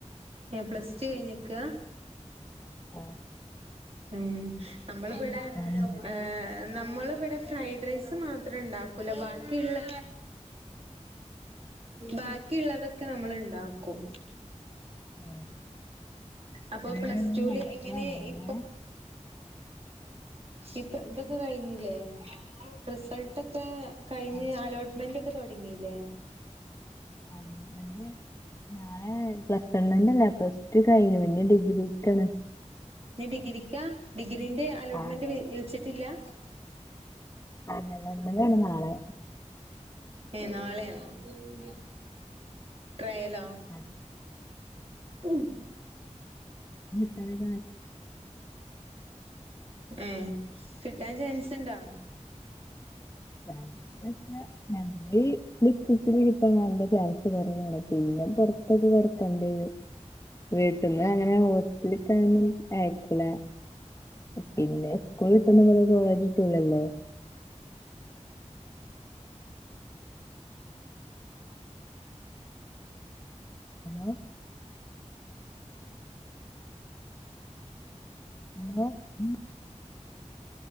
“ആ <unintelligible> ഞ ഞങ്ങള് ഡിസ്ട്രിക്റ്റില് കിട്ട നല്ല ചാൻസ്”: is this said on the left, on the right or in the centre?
Left